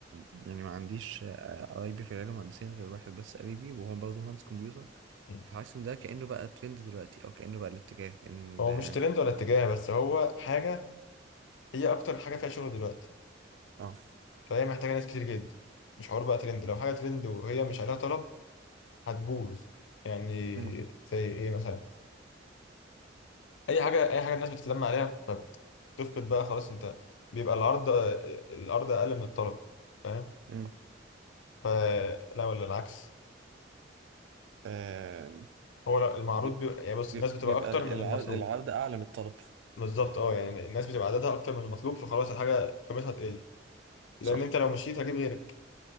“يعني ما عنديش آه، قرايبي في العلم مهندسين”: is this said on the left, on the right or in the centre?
Right